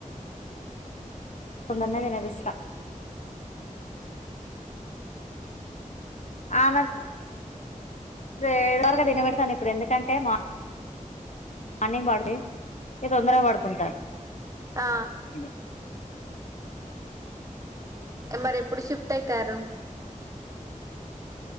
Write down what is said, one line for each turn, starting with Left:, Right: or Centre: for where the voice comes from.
Left: తొందర్నే తినబిస్త ఆమె ఏడు వరకు తినబెడతాను ఇప్పుడు ఎందుకంటే నా అన్ని <unintelligible> నేను తొందరగా పాడుకుంటా
Right: ఆ
Left: బ
Right: మరెప్పుడు షిఫ్ట్ అయితారు